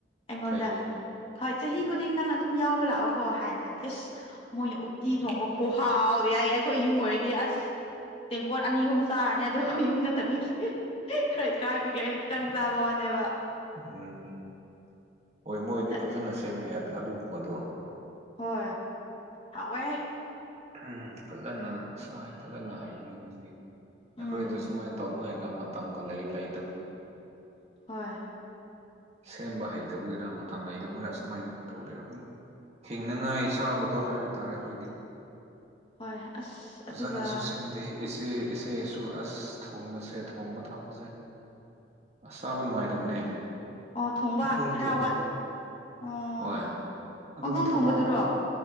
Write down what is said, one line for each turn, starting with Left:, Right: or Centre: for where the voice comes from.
Left: ꯑꯩꯉꯣꯟꯗ
Right: ꯐꯩꯅꯦ
Left: ꯍꯣꯏ ꯆꯍꯤ ꯈꯨꯗꯤꯡ ꯅꯪ ꯑꯗꯨꯝ ꯌꯥꯎꯕ ꯂꯥꯛꯑꯣꯀꯣ ꯍꯥꯏꯅ ꯑꯁ ꯃꯣꯏꯅ ꯎꯠꯇꯤ ꯊꯣꯡꯕ ꯈꯨꯍꯥꯎꯗꯤ ꯌꯥꯏꯌꯦ ꯑꯩꯈꯣꯏ ꯌꯨꯝ ꯑꯣꯏꯔꯗꯤ ꯑꯁ ꯇꯦꯡꯀꯣꯠ ꯑꯅꯤ ꯑꯍꯨꯝ ꯆꯥꯔꯅꯤ ꯑꯗꯣ ꯑꯩꯈꯣꯏ ꯌꯨꯝ ꯅꯠꯇꯕꯒꯤ ꯈꯔ ꯏꯀꯥꯏꯕꯒꯤ ꯑꯩꯅ ꯈꯤꯇꯪ ꯆꯥꯕ ꯋꯥ ꯕ
Right: ꯎꯝ ꯍꯣꯏ ꯃꯣꯏꯗꯤ
Left: ꯆꯠꯂꯦ
Right: ꯐꯖꯅ ꯁꯦꯝꯃꯦ ꯑꯗꯨꯒꯨꯝꯕꯗꯣ
Left: ꯍꯣꯏ ꯍꯣꯏ
Right: ꯎꯝ ꯐꯖꯅ ꯁꯥꯏ ꯐꯖꯅ ꯍꯩꯕꯅꯤ ꯃꯗꯤ
Left: ꯎꯝ
Right: ꯑꯩꯈꯣꯏꯗ ꯁꯨꯃꯥꯏꯅ ꯇꯧꯅꯉꯥꯏ ꯃꯇꯝ ꯃꯇꯝꯒ ꯂꯩ ꯂꯩꯇ
Left: ꯍꯣꯏ
Right: ꯁꯦꯝꯕ ꯍꯩꯇꯕꯨꯒꯤꯔꯥ ꯃꯇꯝ ꯂꯩꯇꯕꯨꯒꯤꯔꯥ ꯑꯁꯨꯃꯥꯏꯅ ꯇꯧꯗꯦ ꯑꯗꯨꯝ ꯍꯤꯡꯅꯉꯥꯏ ꯆꯥꯕꯗꯣ ꯍꯥꯏꯕ ꯇꯥꯔꯦ ꯑꯩꯈꯣꯏꯗꯤ
Left: ꯍꯣꯏ ꯑꯁ
Right: ꯐꯖꯅꯁꯨ
Left: ꯑꯗꯨꯒ
Right: ꯁꯤꯟ ꯑꯗ ꯏꯆꯦ ꯏꯆꯦꯁꯨ ꯑꯁ ꯊꯣꯡꯕꯁꯦ ꯊꯣꯡꯕ ꯊꯥꯛꯄꯁꯦ ꯑꯁꯥꯕ ꯅꯨꯡꯉꯥꯏꯇꯕꯅꯦ
Left: ꯑꯣ ꯊꯣꯡꯕ
Right: ꯄꯪꯊꯣꯡꯗ
Left: ꯈꯔ
Right: ꯊꯣꯡꯒꯅꯤ
Left: ꯋꯥꯠ ꯑꯣ
Right: ꯍꯣꯏ ꯑꯗꯨꯝ
Left: ꯄꯥꯡꯊꯣꯡ
Right: ꯊꯕꯛ
Left: ꯊꯣꯡꯕꯗꯨꯔꯣ